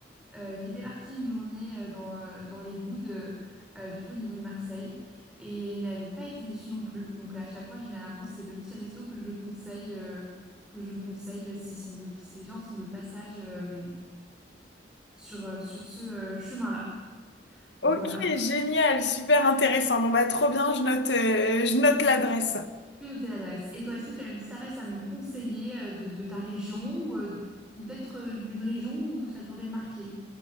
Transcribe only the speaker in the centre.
euh, qui étaient partis une journée euh, dans, euh, dans les Goudes, euh, euh, du coup, au niveau de Marseille. Et ils n'avaient pas été déçus non plus. Donc, à chaque fois, généralement, c'est le petit resto que je conseille, euh, que je conseille euh, s'ils sont de, si les gens sont de passage euh, sur, euh, sur ce euh, chemin-là. Voilà.
peux noter l'adresse. Et toi, est-ce que tu as une petite adresse à me conseiller euh, de, de ta région ou, euh, ou peut-être euh, d'une région où ça t'aurait marqué?